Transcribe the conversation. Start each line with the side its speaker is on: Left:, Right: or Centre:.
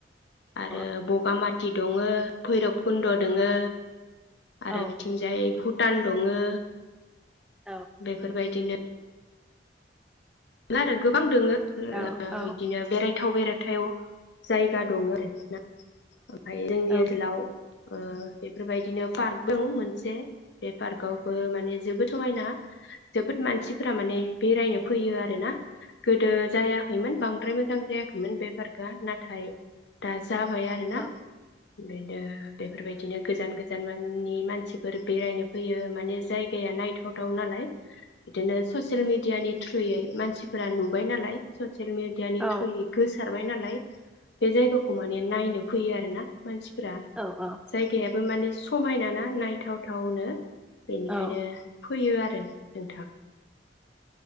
Left: आरो
Centre: औ
Left: बगामाति दङो भैरब कुन्द दङो
Centre: औ
Left: आरो बिथिंजाय भुत दान दङो
Centre: औ
Left: बेफोरबायदिनो <unintelligible> आरो गोबां दोङो।
Centre: औ औ
Left: बिदिनो बेराय थाव बेराथायाव जायगा दं आरो ना ओमफ्राय जोंनि
Centre: औ
Left: ओनसोलाव ओ बेफोरबायदिनो पार्क दं मोनसे बे पार्कावबो माने जोबोद समायना जोबोद मानसि फोरा माने बेरायनो फैयो आरो गोदो जाया खैमोन बांद्राय मोजां जायाखैमोन बे पार्कआ नाथाय दा जाबाय आरोना
Centre: औ
Left: बिनो बेफोरबायदिनो गोजान गोजान गोजान माननि मानसिफोर बेरायनो फैयो माने जायगाया नाय <unintelligible> नालाय बिदिनो ससियेल मिदियानि थ्रु <unintelligible> मानसिफोरा नु नुबाय नालाय ससेल मिदियानि
Centre: औ
Left: थ्रुयै गोजो सारबाय नालाय बे जायगाखौ माने नायनो फैयो आरोना। मानसिफोरा
Centre: औ औ
Left: जायगाया बो माने समायना ना नायथावथावनो बेनिखायनो
Centre: औ
Left: फैयो आरो नोंथां